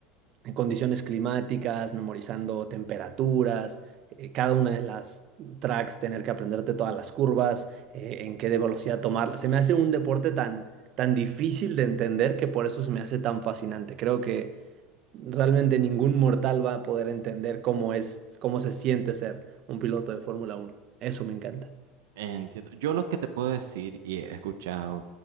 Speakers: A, on the right; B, on the right.
A: en condiciones climáticas, memorizando temperaturas, eh, cada una de las tracks, tener que aprenderte todas las curvas, eh, en qué de velocidad tomarlas. Se me hace un deporte tan, tan difícil de entender que por eso se me hace tan fascinante. Creo que realmente ningún mortal va a poder entender cómo es, cómo se siente ser un piloto de Fórmula uno Eso me encanta.
B: Entiendo. Yo lo que te puedo decir y he escuchado